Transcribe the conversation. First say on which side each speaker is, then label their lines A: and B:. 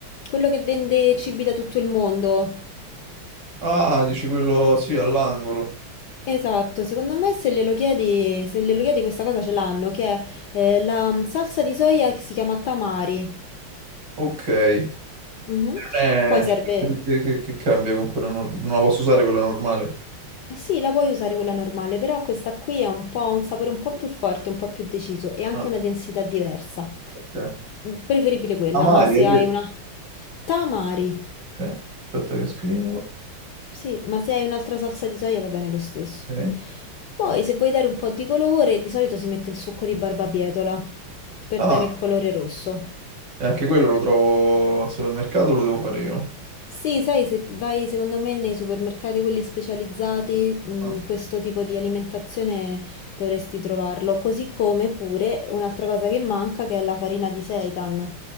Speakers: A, on the left; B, on the right.
A: Quello che vende cibi da tutto il mondo?
B: Ah, dici quello, sì, all'angolo.
A: Esatto, secondo me se glielo chiedi, se glielo chiedi questa cosa ce l'hanno, che è eh, la mm, salsa di soia che si chiama tamari.
B: Ok. Non
A: Mhm.
B: è...
A: Poi serve,
B: cioè, che, che- che- che cambia con quella nor- Non la posso usare quella normale?
A: sì, la puoi usare quella normale, però questa qui è un po', ha un sapore un po' più forte, un po' più deciso e anche
B: Ah,
A: una densità diversa.
B: ok.
A: Preferibile quella,
B: amari,
A: ma se
B: hai detto.
A: hai una... Tamari.
B: Ok, aspetta che scrivo.
A: Sì, ma se hai un'altra salsa di soia va bene lo stesso.
B: Ok.
A: Poi se vuoi dare un po' di colore, di solito si mette il succo di barbabietola per
B: Ah,
A: dare il colore rosso.
B: e anche quello lo trovo al supermercato, lo devo fare io.
A: Sì, sai, se vai secondo me nei supermercati quelli specializzati, mh,
B: Ah,
A: questo tipo di alimentazione dovresti trovarlo. Così come pure un'altra cosa che manca che è la farina di seitan.